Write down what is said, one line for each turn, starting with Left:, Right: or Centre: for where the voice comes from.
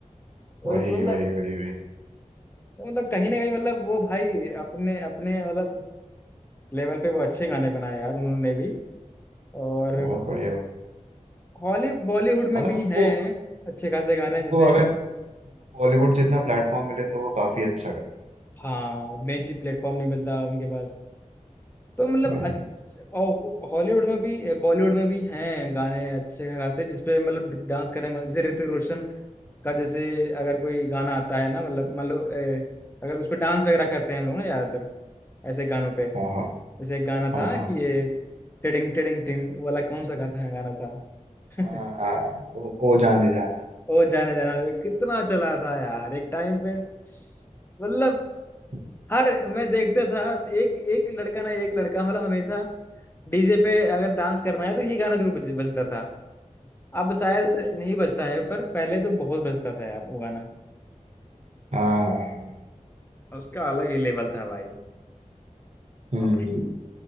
Left: और
Right: है। वही
Left: मतलब
Right: वही वही वही
Left: मतलब कहीं ना कहीं मतलब वो भाई अपने अपने मतलब लेवल पे वो अच्छे गाने बनाए यार उन्होंने भी और
Right: बहुत बढ़िया बना
Left: हॉली बॉलीवुड में
Right: मतलब
Left: भी
Right: उनको
Left: हैं अच्छे खासे गाने
Right: उनको
Left: जैसे
Right: अगर उनको बॉलीवुड जितना प्लेटफॉर्म मिले तो वो काफी अच्छा कर रहे
Left: हाँ मेन चीज प्लेटफॉर्म नहीं मिलता उनके पास तो मतलब
Right: हैं। वही
Left: अच्छ- और हॉलीवुड में भी बॉलीवुड में भी हैं गाने अच्छे खासे जिसपे मतलब डांस करें मतलब जैसे ऋतिक रोशन का जैसे अगर कोई गाना आता है ना मतलब मतलब ए, अगर उस पर डांस वगैरह करते हैं हम लोग ना ज्यादातर ऐसे गानों पे
Right: हाँ हाँ
Left: जैसे एक गाना
Right: हाँ
Left: था
Right: हाँ
Left: कि ये टिडिंग टिडिंग टिंग वाला कौन सा गाता है गाना था <laughs>
Right: हाँ हाँ, हाँ, ओ, ओ जाने जाना
Left: ओ जाने जाना कितना चला था यार एक टाइम पे मतलब
Right: <laughs>
Left: हर मैं देखता था एक एक लड़का ना एक लड़का मतलब हमेशा डीजे पे अगर डांस करना है तो ये गाना जरूर बज, बजता था अब शायद नहीं बजता है पर पहले तो बहुत बजता था यार वो गाना
Right: हाँ हाँ हाँ
Left: उसका अलग ही लेवल था भाई
Right: हम्म
Left: और-